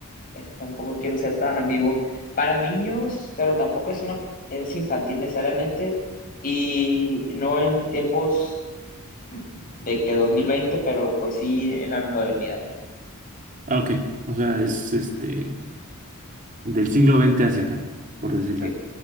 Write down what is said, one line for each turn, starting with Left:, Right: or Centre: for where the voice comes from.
Left: es que tampoco quiero ser tan ambiguo. Para niños, pero tampoco es una, es infantil necesariamente y no en tiempos mm, de que 2020, pero pues sí en la modernidad.
Right: ah, ok, o sea, es
Left: Ujú,
Right: este del siglo veinte hacia acá, por decirlo.
Left: Sí.